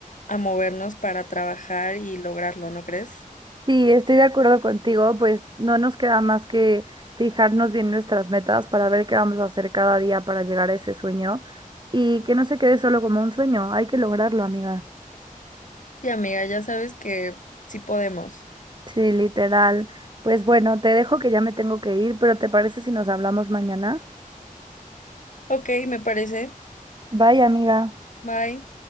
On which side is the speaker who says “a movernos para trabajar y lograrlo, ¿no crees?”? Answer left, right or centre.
Left